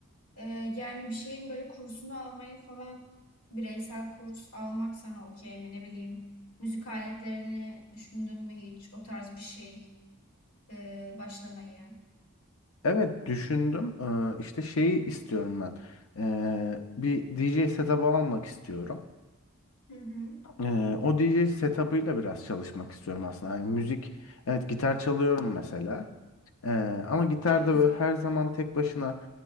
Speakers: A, on the left (about 85°); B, on the left (about 65°).
A: Ee, yani bir şeyin böyle kursunu almayı falan bireysel kurs almak sana okey mi ne bileyim. Müzik aletlerini düşündün mü hiç o tarz bir şey ee, başlamayı?
B: Evet düşündüm. Ee, işte şeyi istiyorum ben. Ee, bir DJ setup'ı almak istiyorum.
A: Hı hı.
B: Ee, o DJ setup'ıyla biraz çalışmak istiyorum aslında. Hani müzik, evet gitar çalıyorum mesela. Ee, ama gitarda
A: Çok güzel.
B: böyle her zaman tek başına